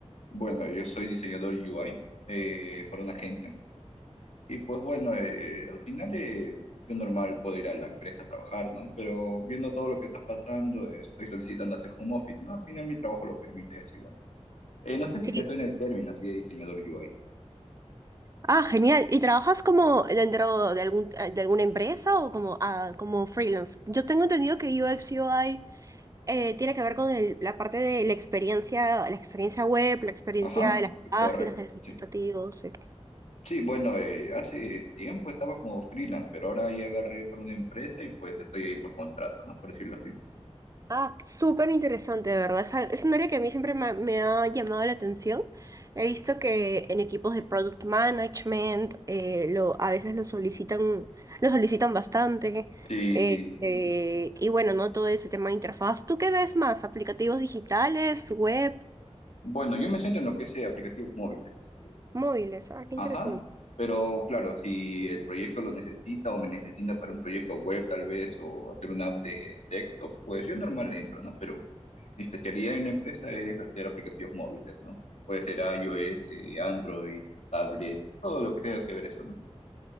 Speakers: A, on the left; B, on the right.
A: Bueno, yo soy diseñador UI eh, para una agencia. Y pues bueno, eh, al final eh, yo normal puedo ir a la empresa a trabajar, ¿no? Pero viendo todo lo que está pasando, eh, estoy solicitando hacer home office, ¿no? Al final mi trabajo lo permite, así bueno. Eh, no sé
B: Sí.
A: si te suena el término así de diseñador UI.
B: Ah, genial. ¿Y trabajas como dentro de algún, de alguna empresa o como, ah, como freelance? Yo tengo entendido que UX UI eh, tiene que ver con el- la parte de la experiencia, la experiencia web, la experiencia
A: Ajá,
B: de las páginas,
A: correcto,
B: de los indicativos.
A: sí.
B: eh.
A: Sí, bueno, eh, hace tiempo estaba como freelance, pero ahora ya agarré para una empresa y pues estoy ahí por contrato, ¿no? Por decirlo así.
B: Ah, súper interesante, de verdad. Es, al- es un área que a mí siempre me, me ha llamado la atención. He visto que en equipos de product management eh, lo, a veces lo solicitan, lo solicitan bastante.
A: Sí,
B: Este,
A: sí, sí.
B: y bueno, no todo ese tema de interfaz. ¿Tú qué ves más? ¿Aplicativos digitales, web,
A: Bueno, yo me siento en lo que es eh, aplicativos móviles.
B: móviles? Ah, qué
A: Ajá,
B: interesante.
A: pero claro, si el proyecto lo necesita o me necesita para un proyecto web tal vez o hacer una app de desktop, pues yo normal le entro, ¿no? Pero mi especialidad en la empresa es hacer aplicativos móviles, ¿no? Puede ser iOS, eh, Android, tablet, todo lo que tenga que ver eso, ¿no?